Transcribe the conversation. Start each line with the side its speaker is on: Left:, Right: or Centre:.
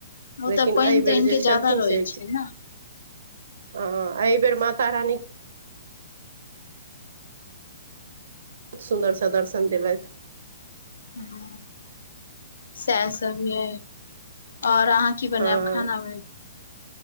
Left: ओतऽ
Right: लेकिन
Left: पानि
Right: एहिबेर
Left: तानि
Right: जे
Left: के
Right: छलखिन
Left: ज्यादा रहै
Right: से
Left: छै ने
Right: ह एहि बेेर माता राानी बहुत सुन्दरसँ दर्शन देलथि
Left: हँ सएह सभ य आओर अहाँ की बनायब
Right: हँ
Left: खानामे